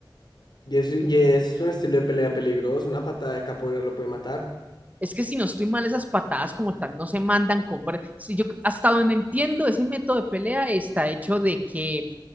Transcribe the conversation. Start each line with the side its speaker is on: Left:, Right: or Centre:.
Left: Y es, y es un estilo de pelea peligroso, una patada de capoeira lo puede matar,
Right: Es que si no estoy mal, esas patadas como tal no se mandan con... fuer- Si yo, hasta donde entiendo, ese método de pelea está hecho de que,